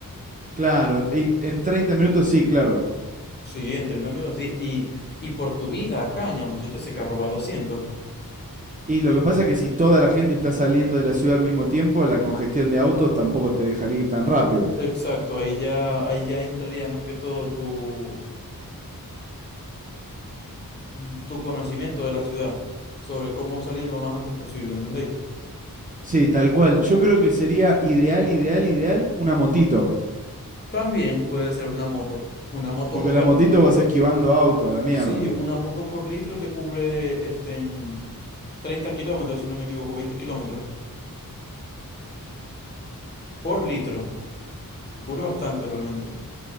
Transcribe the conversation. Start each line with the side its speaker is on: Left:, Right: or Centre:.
Right: Claro, y en treinta minutos sí, claro.
Left: Sí, en 30 minutos, sí. Y, y por tu vida, caña, muchachos, ese carro va a 200.
Right: Y lo que pasa es que si toda la gente está saliendo de la ciudad al mismo tiempo, la congestión de autos tampoco te dejaría ir tan rápido.
Left: Exacto, ahí ya, ahí ya entraría más que todo tu, mm, tu conocimiento de la ciudad sobre cómo salir lo más antes posible, ¿entendéis?
Right: Sí, tal cual. Yo creo que sería ideal, ideal, ideal una motito.
Left: También puede ser una moto. Una moto
Right: Porque
Left: con...
Right: la
Left: ga-
Right: motito
Left: u-
Right: vas esquivando auto a la mierda.
Left: Sí, una moto por litro te cubre este, en 30 kilómetros, si no me equivoco, 20 kilómetros por litro. Te cubre bastante realmente.